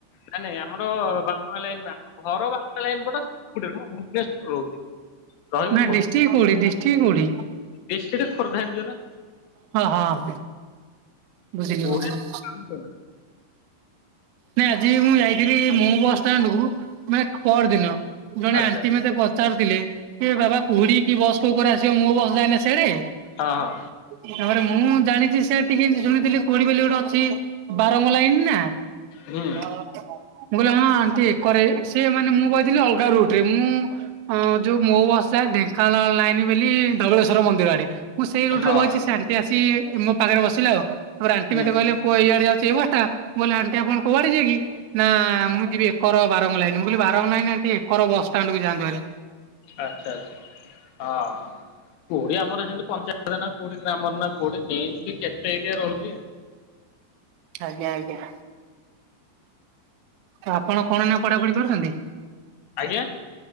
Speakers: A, on the left; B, on the right.
A: ନାଇଁ ନାଇଁ ଆମର ବାରା ଲାଇନ ଘର ବାରା ଲାଇନ ପଟ <inaudible> ମୁଁ ଭୁବନେଶ୍ୱର ରହୁଛି। ରହିକି
B: ନାଇଁ ଡିଷ୍ଟିକି କୋଉଠି ଡିଷ୍ଟିକି କୋଉଠି?
A: ଡିଷ୍ଟିକି ଖୋର୍ଦ୍ଧା ରେ ଯିବ ନା।
B: ହଁ ହଁ ବୁଝିଲି
A: ହଁ
B: ବୁଝିଲି।
A: <inaudible>
B: ନାଇଁ ଆଜି ମୁଁ ଯାଇଥିଲି ମୋ ବସଷ୍ଟାଣ୍ଡ କୁ ମାନେ ପର ଦିନ ଜଣେ
A: ଆଚ୍ଛା
B: ଆଣ୍ଟି ମତେ ପଚାରୁଥିଲେ କି ବାବା କୁହୁଡି କି ବସ କୋଉ ପଟେ ଆସିବ ମୋ ବସ ଯାଏନା ସିଆଡେ
A: ହଁ।
B: ତାପରେ ମୁଁ ଜାଣିଛି ସେ ଟିକେ ଏମିତି ଶୁଣିଥିଲି କୁହୁଡ଼ି ବୋଲି ଗୋଟେ ଅଛି ବାରଙ୍ଗ ଲାଇନ ନା
A: ହୁଁ।
B: ମୁଁ କହିଲି ହଁ ଆଣ୍ଟି କରେ ସିଏ ମାନେ ମୁଁ କହିଥିଲି ଅଲଗା ରୁଟରେ ମୁଁ ହଁ ଯୋଉ ମୋ ବସ ଯାଏ ଢେଙ୍କାନଳ ଲାଇନ ବୋଲି ଧବଳେଶ୍ବର ମନ୍ଦିର ଆଡେ। ମୁଁ ସେଇ ରୁଟରେ
A: ହୁଁ ହଁ
B: ବଇଛି ସେ ଆଣ୍ଟି ଆସି ମୋ ପାଖରେ ବସିଲେ ଆଉ ତାପରେ ଆଣ୍ଟି
A: ହୁଁ
B: ମତେ କହିଲେ ପୁଅ ଏଇଆଡେ ଯାଉଛି ଏଇ ବସ୍ ଟା ବେ ଆଣ୍ଟି ଆପଣ କୁଆଡେ ଯିବେକି ନା ମୁଁ ଯିବି ଏକର ବାରଙ୍ଗ ଲାଇନି ବୋଲି ବାରଙ୍ଗ ଲାଇି ଏ ଏକର ବସ୍ ଷ୍ଟାଣ୍ଡ କୁ ଯାନ୍ତୁଭରି।
A: ଆଛା ଆଛା ହଁ କୋଉଠି ଆମର ଏମତି ପଞ୍ଚାୟତରେ ନା କୋଉଠି ଗ୍ରାମର ନା କୋଉଠି ଯ ବି କେତେ ଏରିଆ ରହୁଛି
B: ଆଜ୍ଞା ଆଜ୍ଞା। ଆପଣ କଣ ନା ପଢାପଢି କରୁଛନ୍ତି?
A: ଆଜ୍ଞା।